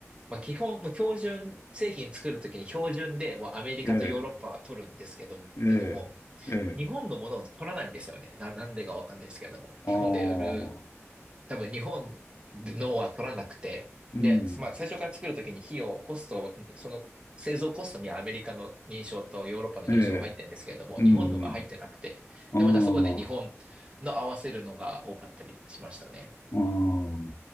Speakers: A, on the right; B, on the left.
A: まあ、基本、もう標準、製品作るときに標準で、もうアメリカとヨーロッパは取るんですけど、
B: ええ、ええ、
A: けども、
B: ええ、
A: 日本のものを取らないんですよね。な、なんでかわかんないですけれども。
B: ああ。
A: 日本で売る多分日本のは取らなくて、
B: うん。
A: で、まあ最初から作るときに費用、コストを、その製造コストにはアメリカの認証とヨーロッパの認証が入ってるんですけれども、
B: ええ。うん。
A: 日本のが入ってなくて、
B: あ
A: で、またそこで日本の合わせるのが多かったりしましたね。
B: あ。ああ。